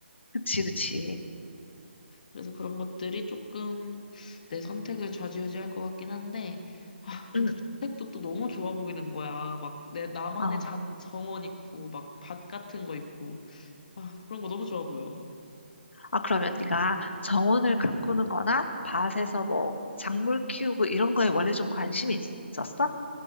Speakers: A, on the left; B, on the left.
A: 그치, 그치.
B: 그래서 그런 것들이 조금 내 선택을 좌지우지할 것 같긴 한데, 아, 근데
A: 응,
B: 주택도 또 너무 좋아 보이는 거야. 막 내, 나만의
A: 어.
B: 작은 정원 있고, 막 밭 같은 거 있고. 아, 그런 거 너무 좋아 보여.
A: 아, 그러면 네가 정원을 가꾸는 거나 밭에서 뭐 작물 키우고 이런 거에 원래 좀 관심이 있었어?